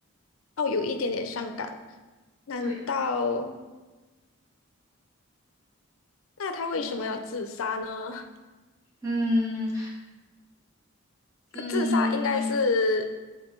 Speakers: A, on the left; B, on the right.
A: 哦，有一点点伤感，难道
B: 对，
A: 那他为什么要自杀呢？
B: 你猜嗯
A: <laughs>
B: 嗯，
A: 他自杀应该是
B: 你